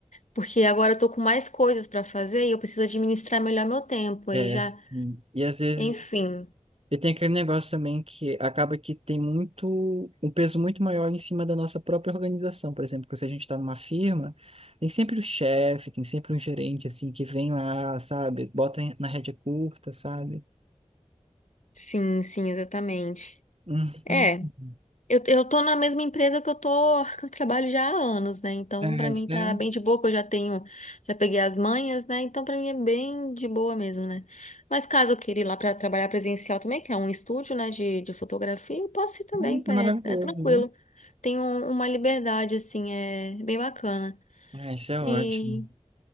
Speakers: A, on the left (about 85°); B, on the right (about 55°).
A: Porque agora eu tô com mais coisas pra fazer e eu preciso administrar melhor meu tempo.
B: É,
A: Aí já,
B: sim. E às vezes
A: enfim.
B: e tem aquele negócio também que acaba que tem muito, um peso muito maior em cima da nossa própria organização. Por exemplo, que se a gente está numa firma, tem sempre o chefe, tem sempre um gerente assim que vem lá, sabe? Bota em- na rédea curta, sabe?
A: Sim, sim, exatamente.
B: Uhum.
A: É. Eu, eu tô na mesma empresa que eu tô, que eu trabalho já há anos, né? Então,
B: Ah,
A: pra
B: isso
A: mim tá
B: é,
A: bem de boa, que eu já tenho, já peguei as manhas, né? Então, pra mim é bem de boa mesmo, né? Mas caso eu queira ir lá pra trabalhar presencial também, que é um estúdio, né, de, de fotografia, eu posso ir também,
B: ah, isso é
A: é,
B: maravilhoso,
A: é tranquilo.
B: né?
A: Tem um- uma liberdade, assim, é bem bacana.
B: Ah, isso é ótimo.
A: E